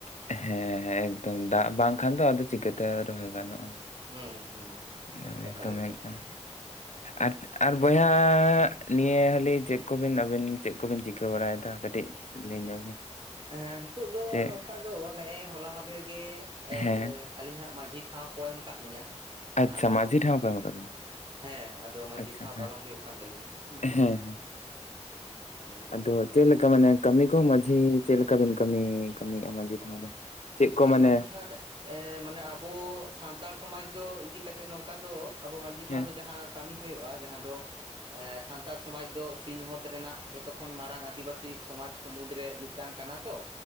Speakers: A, on the left (about 75°); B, on the right (about 40°).
A: ᱦᱮᱸ ᱦᱮᱸ ᱮᱠᱫᱚᱢ ᱫᱟᱜ ᱵᱟᱝ ᱠᱷᱟᱱ ᱫᱚ ᱟᱫᱚ ᱪᱤᱠᱟᱹ ᱛᱮ ᱨᱚᱦᱚᱭ ᱜᱟᱱᱚᱜᱼᱟ
B: ᱦᱩᱸ ᱦᱩᱸ ᱦᱩᱸ
A: ᱮᱠᱫᱚᱢ ᱮᱠᱫᱚᱢ
B: ᱮᱠᱟᱞ ᱮᱠᱟᱞ
A: ᱮᱠᱫᱚᱢ᱾
B: ᱮᱠᱟᱞ
A: ᱟᱨ ᱟᱨ ᱵᱚᱭᱦᱟ ᱱᱤᱭᱟᱹ ᱦᱟᱹᱞᱤ ᱪᱮᱫ ᱠᱚᱵᱤᱱ ᱟᱹᱵᱤᱱ ᱪᱮᱫ ᱠᱚᱵᱤᱱ ᱪᱤᱠᱟᱹ ᱵᱟᱲᱟᱭ ᱫᱟ ᱞᱟᱹᱭ ᱧᱚᱜᱽ ᱵᱤᱱ
B: ᱦᱮᱸ ᱱᱤᱛᱚᱜ ᱫᱚ
A: ᱪᱮᱫ
B: ᱱᱚᱝᱠᱟ ᱫᱚ ᱱᱮᱜᱼᱮ ᱦᱚᱞᱟ ᱢᱟᱫᱷᱮᱨ ᱜᱮ ᱮ
A: ᱦᱮᱸ
B: ᱟᱹᱞᱤᱧᱟᱜ ᱢᱟᱹᱡᱷᱤ ᱴᱷᱟᱶ ᱠᱚ ᱮᱢ ᱟᱠᱟᱫ ᱞᱤᱧᱟᱹ
A: ᱟᱪᱪᱷᱟ
B: ᱟᱫᱚ
A: ᱢᱟᱹᱡᱷᱤ ᱴᱷᱟᱶ ᱠᱚ ᱮᱢ ᱟᱠᱟᱫ ᱵᱤᱱᱟ
B: ᱦᱮᱸ ᱟᱫᱚ ᱢᱟᱹᱡᱷᱤ
A: ᱟᱪᱪᱷᱟ
B: ᱴᱷᱟᱣ
A: ᱦᱮᱸ
B: ᱯᱟᱞᱚᱱ ᱦᱩᱭᱩᱜ ᱠᱟᱱ ᱛᱟᱞᱤᱧᱟ ᱦᱩᱸ
A: ᱦᱮᱸ ᱦᱮᱸ
B: ᱡᱮᱢᱚᱱ <unintelligible>
A: ᱟᱫᱚ
B: ᱟᱨᱠᱤ
A: ᱪᱮᱫ ᱞᱮᱠᱟ ᱢᱟᱱᱮ ᱠᱟᱹᱢᱤ ᱠᱚ ᱢᱟᱹᱡᱷᱤ ᱪᱮᱫ ᱞᱮᱠᱟ ᱵᱤᱱ ᱠᱟᱹᱢᱤ ᱠᱟᱹᱢᱤᱭᱮᱫᱼᱟ ᱢᱟᱹᱡᱷᱤ ᱛᱷᱟᱱ ᱨᱮ ᱪᱮᱫ ᱠᱚ ᱢᱟᱱᱮ
B: ᱢᱟᱹᱡᱷᱤ ᱛᱷᱟᱱ ᱨᱮ ᱢᱟᱱᱮ ᱟᱵᱚ ᱥᱟᱱᱛᱟᱲ ᱥᱚᱢᱟᱡᱽ ᱫᱚ ᱤᱫᱤ ᱠᱟᱛᱮᱫ ᱱᱚᱝᱠᱟ ᱫᱚ ᱟᱵᱚ ᱢᱟᱹᱡᱷᱤ ᱴᱷᱟᱶ
A: ᱦᱮᱸ
B: ᱫᱚ ᱡᱟᱦᱟᱸ ᱠᱟᱹᱢᱤ ᱦᱩᱭᱩᱜᱼᱟ ᱡᱟᱦᱟᱸ ᱫᱚ ᱥᱟᱱᱛᱟᱲ ᱥᱚᱢᱟᱡᱽ ᱫᱚ ᱥᱤᱧᱚᱛ ᱨᱮᱱᱟᱜ ᱡᱷᱚᱛᱚ ᱠᱷᱚᱱ ᱢᱟᱨᱟᱝ ᱟᱹᱫᱤᱵᱟᱹᱥᱤ ᱥᱚᱢᱟᱡᱽ ᱠᱚ ᱢᱩᱫᱽ ᱨᱮ ᱢᱤᱫ ᱴᱟᱝ ᱠᱟᱱᱟ ᱛᱚ